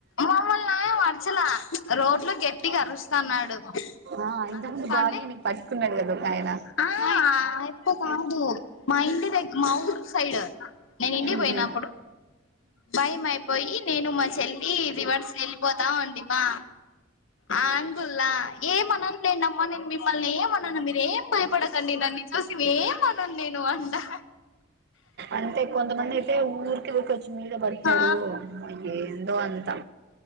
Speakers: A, on the left (about 80°); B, on the right (about 55°).
A: మమ్మల్ని ఏం అర్చల రోడ్లు గట్టిగా అరుస్తాన్ న్నాడు
B: ఆ ఇంతకుముందు
A: అరుస్తాంటే
B: భాగ్య నీకు పట్టుకున్నాడు కదా ఒక ఆయన
A: హా అప్పు కాదు మా ఇంటి దగ్గర మా ఊరు సైడ్ నేను ఇంటికి
B: ఉహు
A: పోయినప్పుడు భయం అయిపోయి నేను మాచెల్లి రివర్స్ వెళ్ళిపోతా ఉంటిమా ఆ అంగుల్లా ఏమన్నాను లేండమ్మా నేను మిమ్మల్ని ఏమన్నాను మీరేం భయపడకండి నన్ని చూసి ఏం అనను నేను అంటా
B: అంతే కొంత మంది అతే కచ్చ మీద బడతారు
A: ఆ
B: ఎందో అంతా